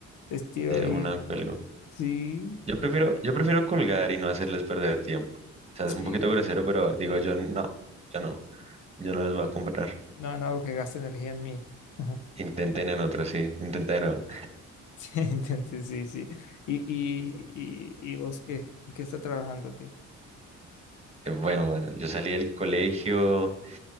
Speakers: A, on the left (about 80°); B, on the right (about 20°).
A: les tiro
B: de
A: ahí,
B: una cuelgo.
A: sí,
B: Yo prefiero, yo prefiero colgar y no hacerles perder tiempo. O sea,
A: Sí.
B: es un poquito grosero, pero digo yo no, yo no, yo no les voy a comprar.
A: no, no hago que gaste energía en mí. <laughs>
B: Intenten en otro, sí, intenten de nuevo.
A: <laughs> Entonces, sí, sí. ¿Y, y, y, y vos qué? ¿En qué está trabajando? ¿Qué?
B: Eh, Bueno, bueno, yo salí del colegio,